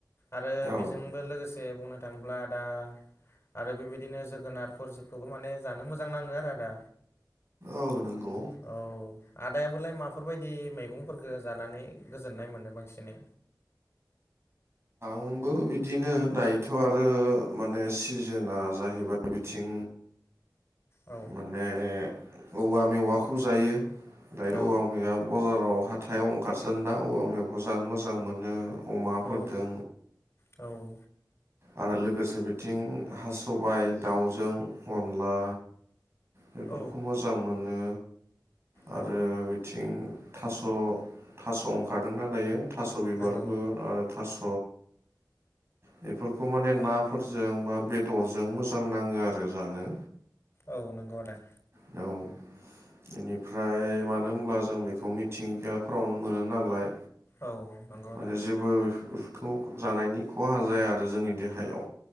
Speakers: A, on the left; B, on the right.
A: आरो
B: औ
A: बेजोंबो लोगोसे बुंनो थाङोब्ला दा आरो बेबायदिनो जोगोनारफोर जोखौबो माने जानो मोजां नाङो आरो आदा
B: औ नंगौ
A: औ आदायाबोलाय माफोरबायदि मैगंफोरखौ जानानै गोजोननाय मोनो बांसिनै
B: आंबो बिदिनो दायोथ' आरो माने सिजोनआ जाहैबाय बिथिं
A: औ
B: म ने औवा मेवाखौ जायो दायो
A: औ
B: औवा मेवाया बाजाराव ह थायाव ओंखारसोना औवा मेवखौ जानो मोजां मोनो अमाफोरदों
A: औ औ
B: आरो लोगोसे बिथिं हा सबाइ दाउजों अनला बेफोरखौ
A: औ
B: मोजां मोनो आरो
A: औ आदा
B: आथिं थास' थास' ओंखारदोंना दायो थास' बिबारबो
A: नंगौ
B: आर थास' बेफोरखौ माने नाफोरजों बा बेदरजों मोजां नाङो आरो जानो
A: औ नंगौ आदा
B: औ बेनिफ्राय मानो होनब्ला जों बेखौ मिथिंगाफोरावनो मोनो नालाय
A: औ नंगौ
B: माने
A: आदा
B: जेबोखौ जानायनि खहा जाया आरो जोंनि देहायाव।